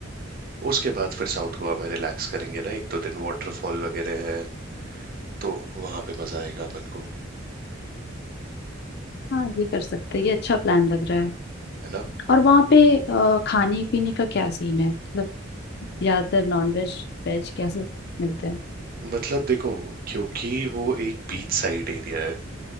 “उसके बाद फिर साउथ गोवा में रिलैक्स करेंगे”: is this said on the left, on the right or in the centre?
Right